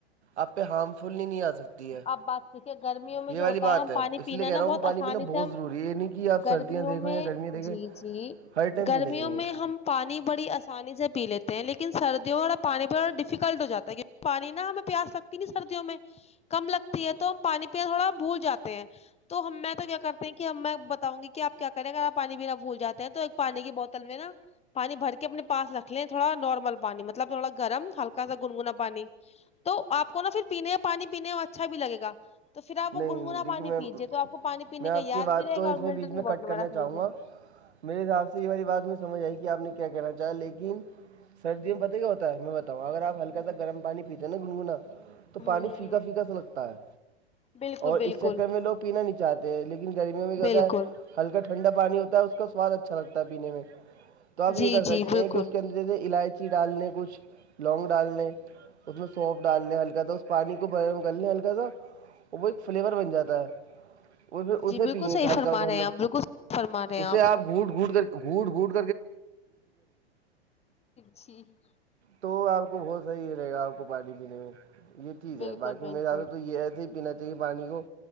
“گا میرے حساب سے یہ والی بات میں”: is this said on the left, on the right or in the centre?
Right